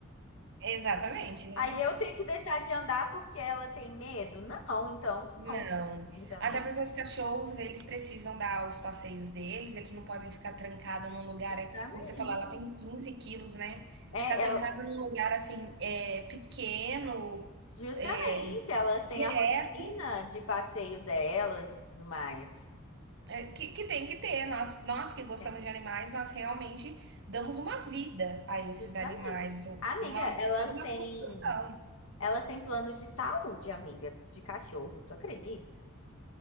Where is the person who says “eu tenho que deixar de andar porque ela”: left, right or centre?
Left